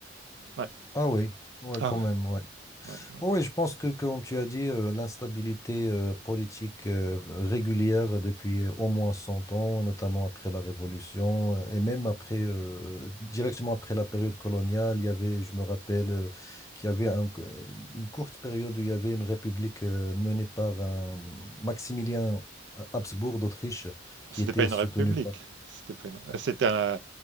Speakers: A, on the right; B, on the left.
A: Ouais.
B: Ah oui, ouais,
A: Ah
B: quand même, ouais.
A: ouais, ouais,
B: Oh Oui, je pense que, comme tu as dit, euh, l'instabilité euh, politique euh, régulière depuis au moins 100 ans, notamment après la Révolution, euh, et même après,
A: ouais.
B: euh, directement après la période coloniale, il y avait, je me rappelle, euh, qu'il y avait un- euh, une courte période où il y avait une république euh, menée par un Maximilien Habsbourg d'Autriche qui
A: C'était
B: était
A: pas une
B: soutenu
A: république.
B: par
A: C'était pas une... euh, C'était un-